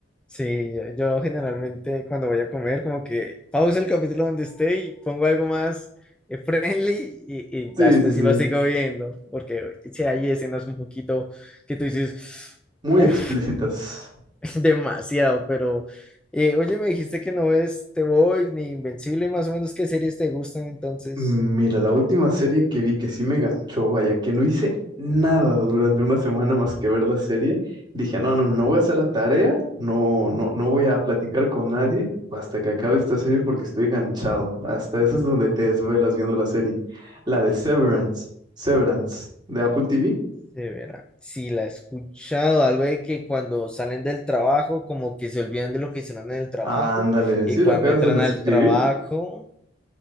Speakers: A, in the centre; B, on the right (about 25°).
A: Sí, yo, yo generalmente cuando voy a comer, como que pausa el capítulo donde esté y pongo algo más eh, friendly y, y
B: Sí,
A: ya después
B: sí,
A: sí
B: sí.
A: lo sigo viendo, porque si hay escenas un poquito que tú dices,
B: Muy
A: uff,
B: explícitas.
A: <laughs> demasiado, pero eh, oye, me dijiste que no ves Te Voy ni Invencible, más o menos qué series te gustan entonces.
B: Mm, Mira, la última serie que vi que sí me ganchó, vaya, que no hice nada durante una semana más que ver la serie, dije, no, no, no voy a hacer la tarea, no, no, no voy a platicar con nadie hasta que acabe esta serie porque estoy ganchado. Hasta eso es donde te desvelas viendo la serie. La de Severance, Severance, de Apple TV.
A: Se verá. Sí, la he escuchado, algo de que cuando salen del trabajo, como que se olvidan de lo que hicieron en el trabajo,
B: Ándale,
A: y
B: ¿sí
A: cuando
B: la acabas
A: entran
B: de escribir?
A: al trabajo,